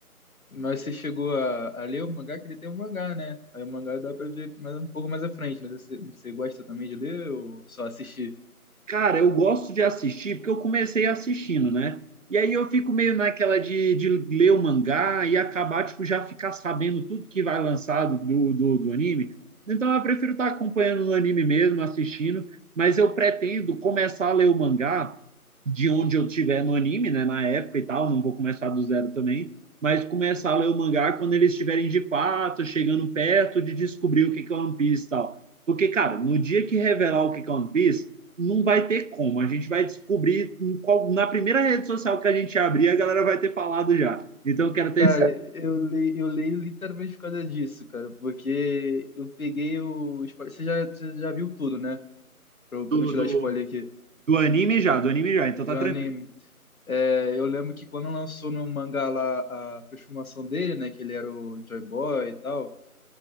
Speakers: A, on the left; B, on the right.
A: Mas você chegou a, a ler o mangá, que ele tem um mangá, né? Aí o mangá dá pra ver mais, um pouco mais à frente, né? Você, você gosta também de ler ou só assistir?
B: Cara, eu gosto de assistir porque eu comecei assistindo, né? E aí eu fico meio naquela de, de ler o mangá e acabar, tipo, já ficar sabendo tudo que vai lançar do, do, do anime. Então eu prefiro estar acompanhando no anime mesmo, assistindo, mas eu pretendo começar a ler o mangá de onde eu tiver no anime, né? Na época e tal, não vou começar do zero também, mas começar a ler o mangá quando eles estiverem de fato, chegando perto de descobrir o que que é One Piece e tal. Porque, cara, no dia que revelar o que que é One Piece, não vai ter como. A gente vai descobrir em qual, na primeira rede social que a gente abrir, a galera vai ter falado já. Então eu quero ter
A: Cara,
B: esse
A: eu le eu leio literalmente por causa disso, cara, porque eu peguei o. spo- Você já, você já viu tudo, né? Pra, pra
B: do,
A: não te
B: do,
A: dar spoiler aqui.
B: do anime já, do anime já, então tá
A: De um
B: tranquilo.
A: anime. É, eu lembro que quando lançou no mangá lá a transformação dele, né? Que ele era o Joy Boy e tal.